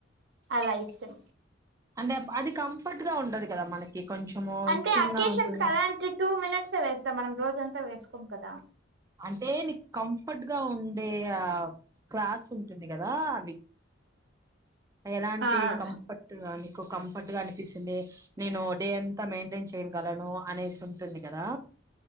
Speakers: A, on the right (about 65°); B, on the right (about 15°).
A: అలా ఇష్టం
B: అంటే అది కం అప్పట్ గా ఉండదు కదా మనకి కొంచెము
A: అంటే
B: ఇచ్చింగ్
A: అకేషన్స్
B: గా ఉంటుంది
A: కలర్ కి టూ మినిట్స్ వేస్తాం మనం రోజంత్ త వేసుకోం కదా
B: అంటే నీకు కంఫర్ట్ గా ఉండే ఆ క్లాస్ ఉం టుంది కదా అవి ఎలాంటి
A: ఆ
B: కంఫర్ట్ మీకు కంఫర్ట్ గా అనిపిస్తుంది నేను డే అన్ మెయింటైన్ చేయగలను అనేసి ఉంటుంది కదా